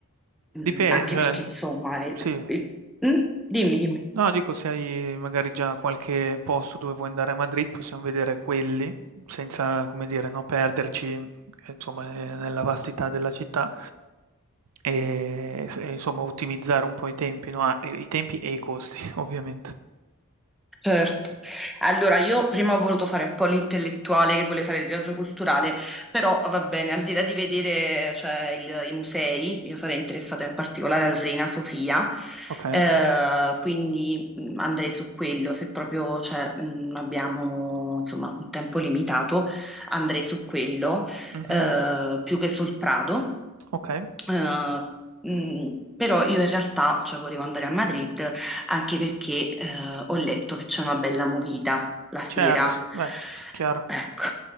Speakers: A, in the centre; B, on the right (about 80°).
A: mm,
B: Dipende,
A: anche
B: cioè,
A: perché, insomma, eh,
B: sì.
A: eh, mm, dimmi, dimmi.
B: No, dico, se hai magari già qualche posto dove vuoi andare a Madrid, possiamo vedere quelli, senza, come dire, no, perderci, eh, insomma, eh, nella vastità della città e, e, insomma, ottimizzare un po' i tempi, no? Ah, e- i tempi e i costi, <laughs> ovviamente.
A: Certo. Allora, io prima ho voluto fare un po' l'intellettuale che voleva fare il viaggio culturale, però va bene, al di là di vedere, cioè, il- i musei, io sarei interessata in particolare al Reina Sofia,
B: Ok?
A: eh, quindi mh, andrei su quello, se proprio, cioè, mh, abbiamo, insomma, un tempo limitato, andrei su quello,
B: Mhm,
A: eh, più che sul Prado.
B: Ok,
A: Eh, mh, però io in realtà, cioè, volevo andare a Madrid anche perché eh, ho letto che c'è una bella movida la sera.
B: certo, beh, chiaro.
A: Ecco.